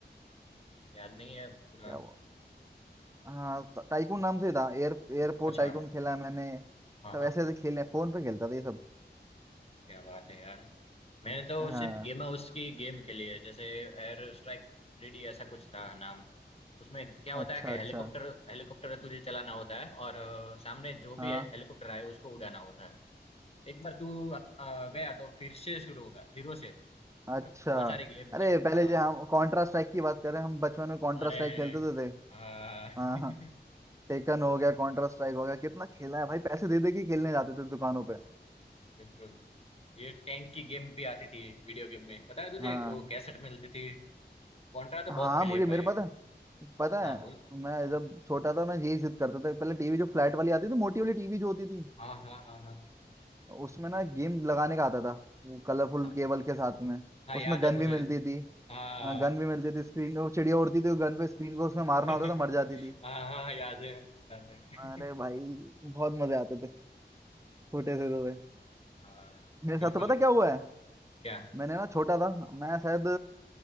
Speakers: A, on the left (about 35°); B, on the right (about 15°).
A: याद नहीं है पूरा
B: क्या वो हाँ ट- टाइकून नाम से था एयर एयरपोर्ट
A: अच्छा
B: टाइकून खेला है मैंने
A: हाँ
B: सब
A: हाँ
B: ऐसे ऐसे खेले हैं फोन पे खेलता था ये सब
A: क्या बात है यार मैंने तो
B: हाँ
A: सिर्फ गेम हाउस की गेम खेली है जैसे एयर स्ट्राइक थ्री डी ऐसा कुछ था नाम उसमें क्या होता
B: अच्छा
A: है कि
B: अच्छा
A: हेलीकॉप्टर हेलीकॉप्टर तुझे चलाना होता है और अ, सामने जो भी
B: हाँ
A: हे- हेलीकॉप्टर आए उसको उड़ाना होता है एक बार तू अ, गया तो फिर से शुरू होगा जीरो से मतलब
B: अच्छा
A: बहुत सारी गेम
B: अरे
A: थी
B: पहले
A: हाँ
B: जो हम कॉन्ट्रा स्ट्राइक की बात करें हम बचपन में कॉन्ट्रा
A: अरे
B: स्ट्राइक खेलते तो थे
A: हाँ <laughs>
B: हाँ हाँ टेकन हो गया कॉन्ट्रा स्ट्राइक हो गया कितना खेला है भाई पैसे दे दे के खेलने जाते थे दुकानों पे
A: बिल्कुल ये टैंक की गेम भी आती थी वीडियो गेम में पता है तुझे
B: हाँ
A: वो कैसेट मिलती थी कॉन्ट्रा तो
B: हाँ
A: बहुत खेली
B: मुझे
A: है
B: मेरे
A: भाई
B: पास तो पता
A: हाँ
B: है
A: बोल
B: मैं जब छोटा था मैं यही जिद करता था पहले टीवी जो फ्लैट वाली आती थी मोटी वाली टीवी जो होती थी
A: हाँ हाँ हाँ हाँ
B: उसमें ना गेम लगाने का आता था वो कलरफुल
A: हाँ
B: केबल के साथ में
A: हाँ
B: उसमें
A: याद
B: गन
A: है मुझे
B: भी मिलती थी
A: हाँ
B: हाँ गन भी मिलती थी स्क्रीन वो चिड़िया उड़ती थी गन पे स्क्रीन को उसमें मारना
A: <laughs>
B: होता था मर जाती
A: हाँ
B: थी
A: हाँ याद है याद है
B: अरे भाई बहुत मजे आते थे छोटे से तो थे
A: हाँ
B: मेरे
A: बिल्कुल
B: साथ तो पता क्या हुआ है
A: क्या
B: मैंने ना छोटा था मैं शायद